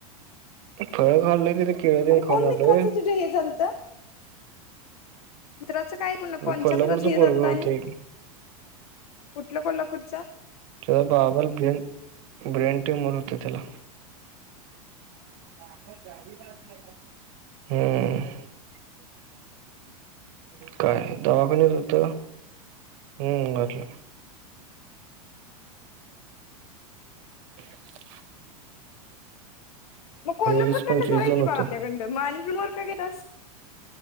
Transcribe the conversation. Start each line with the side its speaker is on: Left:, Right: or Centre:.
Right: फळ खाल्लं तिथं केळबेळ
Left: अरे कोण
Right: खाऊन
Left: मित्राचं
Right: आलोय.
Left: तुझ्या हे झालत मित्राचं काय कोण कोणच्या
Right: कोल्हापूरच
Left: मित्राचं हे
Right: पोरग
Left: झालतं
Right: होत
Left: आणि
Right: एक.
Left: कुठलं कोल्हापूरचा
Right: च बाबल ब्रेन ब्रेन ट्यूमर होत त्याला. हम्म. काय दवाखान्यात होत. हम्म वाटल. <unintelligible>
Left: म कोल्हापूर
Right: वीस
Left: कडन
Right: पंचवीस
Left: जाऊया
Right: जण
Left: की
Right: होतो
Left: बाळ आपल्याकडं म आणि ट्रू वर का घेलतास.